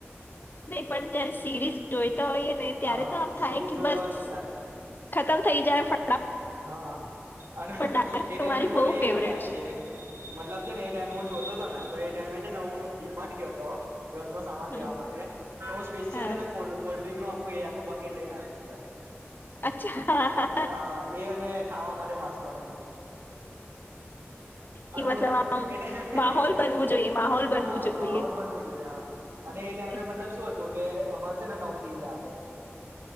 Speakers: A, on the left (about 45°); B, on the right (about 65°).
A: તે પણ ત્યારે સીરીઝ જોએ હોઈને ત્યારે
B: હા
A: તો આમ થાય
B: સિરીઝ જોતા
A: બસ
B: હોય ને ત્યારે
A: ખતમ થઈ જાય ફટ
B: હા અને
A: ડાર્ક
B: એ ટાઈમે
A: તો મારી
B: મને
A: બહુ
B: એ
A: ફેવરેટ
B: પણ યાદ છે મતલબ છે ને એ ટાઈમે હું જોતો હતો ને તો એ ટાઈમે છે ને હું ડી માર્ટ ગ્યો હતો ઘરનો સામાન
A: હમ,
B: લેવા માટે તો હું સ્પેશિયલને
A: હા
B: કોલ્ડ્રિંકનો આખું બકેટ લઈને આયો તો હું ઘરે
A: અચ્છા.
B: હ અ એ અને ખાવા માટે નાસ્તોને
A: કે
B: અને
A: મતલબ
B: હું
A: આમ
B: હે હે હે
A: માહોલ બનવું જોઈએ માહોલ બનવું
B: હા
A: જોઈએ.
B: માહોલ બનવું જોઈએ હ
A: હમ,
B: અને એ ટાઈમે મતલબ શું હતું કે અમાર જાણે નવું ટીવી લાદી એ અમને